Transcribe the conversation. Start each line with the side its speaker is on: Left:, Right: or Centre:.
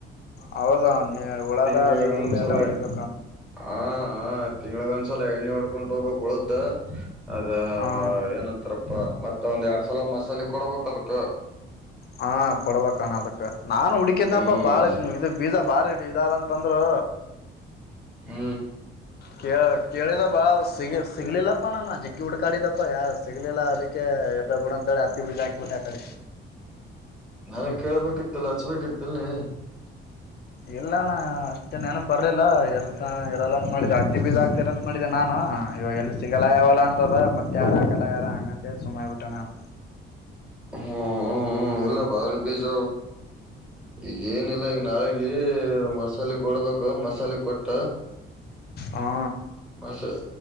Left: ಹೌದಾ ನೀ ಉಳದದೇರದ್ದ
Centre: ತಿಂಗಳಿಗೆ ಒಂದ್ಸಲ
Left: ಎಲ್ಲ ಹೊಡಿಬೇಕ
Centre: ಹ ತಿಂಗಳಗ ಒಂದ್ಸಲ ಎಣ್ಣೆ ಹೊಡ್ಕೊಂಡು ಹೋಗ್ಬೇಕಕ್ ಉಳ್ದ ಅದ
Left: ಹಾ
Centre: ಏನಂತಾರಪ್ಪ ಮತ್ತ ಮತ್ತ ಒಂದ್ ಎರಡ್ ಸಲ ಮಸಾಲೆ ಕೊಡ್ಬೇಕ ಅದಕ್
Left: ಹಾ ಕೊಡ್ಬೇಕಣ ಅದಕ್ಕ ನಾನು ಹಡಿಕಕನಪ್ಪ
Centre: ಹ್ಮ್
Left: ಬಾಳ ಇ ಬೀಜ ಬಾರಿಡಿ ಇದಂತಂದ್ರು
Centre: ಹ್ಮ
Left: ಕೆ ಕೆಳಿದೆ ಭಾ ಸಿಗ ಸಿಗ್ಲಿಲ್ಲ ಣಣ ಜೆಗ್ಗಿ ಹುಡ್ಕಾಡಿದಪ್ಪ ಯಾರ ಸಿಗ್ಲಿಲ್ಲಾ ಅದಕ್ಕೆ ಇರ್ರ ಬಿಡ ಅಂತೇಳಿ ಹತ್ತಿ ಬೀಜ ಹಾಕಿ ಬಿಟ್ಟೆ ಆ ಕಡೆ
Centre: ನನಗ್ ಕೇಳ್ಬೇಕಿತ್ತು ಲ ಹಚ್ಬೇಕಿತ್ತು ಇಲ್ ಈ
Left: ಇಲ್ಲ ಅಣ್ಣ ಅಷ್ಟೇ ನೆನಪ್ ಬರ್ಲಿಲ್ಲ ಇರ್ತ ಅಲ್ಲ ಅಂತ ಮಾಡಿದ್ಯಾ ಹತ್ತಿ ಬೀಜ ಹಾಕ್ತಾನ ಅಂತ ಮಾಡಿದ್ಯಾ ನಾನು ಆ ಇವಾಗ ಎಲ್ ಸಿಗಲಾಗ್ಯವ ಅಂತದ ಮತ್ ಯಾರನ ಹಕ್ಯಾಂಡೋಗ್ಯರ ಅದ್ಕೆ ಸುಮ್ ಆಗ್ಬಿಟ್ಟೆ ನಾನು
Centre: ಹಾ ಹ್ಮ ಹ್ಮ ಇಲ್ಲ ಬಾರಿ ಬೀಜ ಈಗ ಏನಲ್ಲ ನಾಳಗ ಮಸಾಲೆ ಕೊಡ್ಬೇಕ ಮಸಾಲೆ ಕೊಟ್ಟ
Left: ಹಾ
Centre: ಮಸ